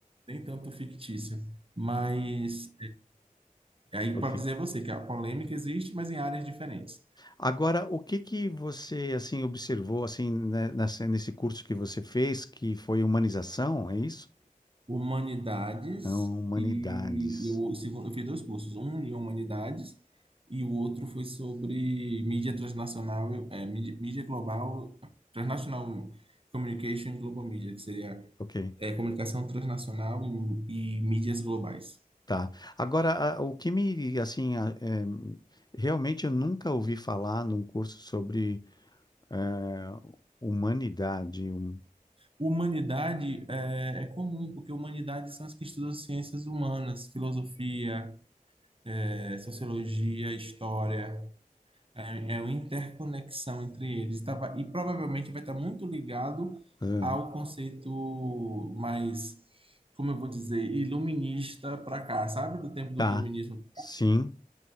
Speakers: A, on the right; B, on the left.
A: nem tanto fictício, mas é, aí
B: Ok.
A: pode dizer a você que a polêmica existe, mas em áreas diferentes.
B: Agora, o que que você assim observou assim né, nessa, nesse curso que você fez, que foi humanização, é isso?
A: Humanidades
B: É, Humanidades.
A: e eu, o segundo- eu fiz dois cursos, um em humanidades e o outro foi sobre mídia transnacional, é, mídia, mídia global, transnational communication global media, que seria
B: Ok.
A: é, comunicação transnacional e, e mídias globais.
B: Tá. Agora, a- o que me assim a- é, realmente eu nunca ouvi falar num curso sobre é, humanidade. hum,
A: Humanidade é, é comum, porque humanidades são as que estudam ciências humanas, filosofia, é, sociologia, história, é, é uma interconexão entre eles. Tava, e provavelmente vai estar muito ligado
B: ah,
A: ao conceito mais, como eu vou dizer, iluminista para cá, sabe? Do tempo do
B: tá.
A: iluminismo.
B: Sim.